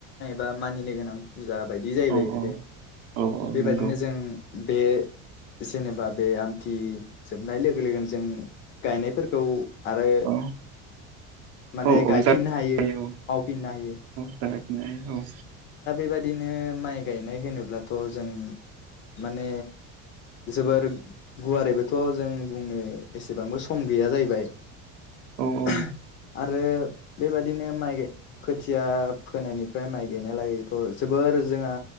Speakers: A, on the left; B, on the right.
A: बा मानिनो गोनां फुजा बायदि जाहैबाय
B: औ औ
A: बे
B: औ औ
A: बेबायदिनो
B: नंगौ।
A: जों बे जेनेबा बे आमथि जोबनाय लोगो लोगोन जों गायनायफोरखौ, आरो
B: औ
A: माने
B: औ औ
A: गायफिननो
B: जायो
A: हायो मावफिननो हायो।
B: जागायफिननो उम औ
A: बेबायदिनो माइ गायनाय होनोब्लाथ' जों माने, जोबोर गुवारैबोथ' जों बुंनो एसेबांबो सम गैया जाहैबाय,
B: औ औ
A: <unintelligible> आरो बेबादिनो माइ गाय खोथिया, फोनायनिफ्राय माइ गायनाय लागैथ' जोबोर जोंहा